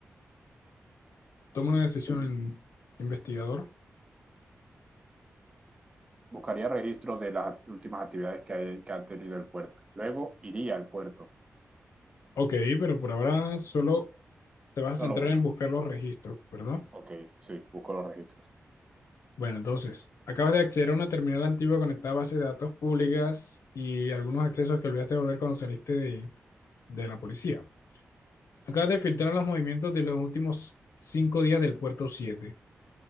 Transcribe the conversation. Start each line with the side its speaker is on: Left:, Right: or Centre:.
Left: Toma una decisión, investigador.
Right: Buscaría registros de las act- últimas actividades que, hay- que ha tenido el puerto. Luego iría al puerto.
Left: Ok, pero por ahora solo te vas
Right: Solo
Left: a centrar
Right: una.
Left: en buscar los registros, ¿verdad?
Right: Ok, sí, busco los registros.
Left: Bueno, entonces, acabas de acceder a una terminal antigua conectada a bases de datos públicas y algunos accesos que olvidaste de volver cuando saliste de, de la policía. Acabas de filtrar los movimientos de los últimos cinco días del puerto 7.